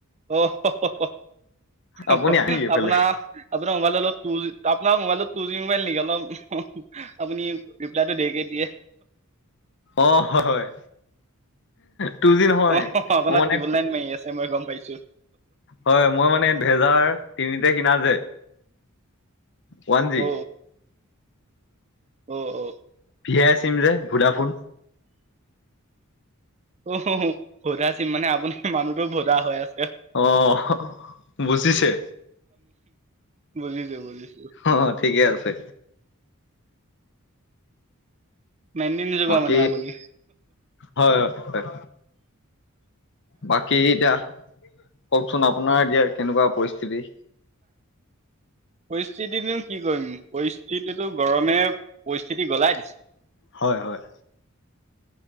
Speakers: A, on the right (about 30°); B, on the left (about 55°).
A: আপোনাৰ
B: আপুনি আহে নেকি এইফালে?
A: আপোনাৰ মোবাইলডালত আপোনাৰ মোবাইলটোত টুজি মোবাইল নেকি অলপ আপুনি ৰিপ্লাইটো দেৰিকে দিয়ে।
B: অ, হয়, হয়। টু জি নহয়
A: অ, আপোনাৰ
B: মোৰ মানে
A: টিউবুল লাইন মাৰি আছে মই গম পাইছো।
B: হয় মই মানে ভেজাৰ তিনিতে কিনা যে। ওৱান জি।
A: অ অ অ
B: ভিয়াই চিম যে ভুদাফোন।
A: অহ হ ভোদা চিম মানে আপোনি মানুহটো ভোদা হৈ আছে।
B: অহ বুজিছে।
A: বুজিছে বুজিছে।
B: অ, ঠিকে আছে।
A: মেইনটেইন নকৰা
B: বাকী
A: মানে আপুনি
B: হয়, হয়, হয়। বাকী এতিয়া কওকচোন আপোনাৰ এতিয়া কেনেকুৱা পৰিস্থিতি।
A: পৰিস্থিতিটো কি কৰিম পৰিস্থিতিটো গৰমে পৰিস্থিতি গলাই দিছে।
B: হয়, হয়।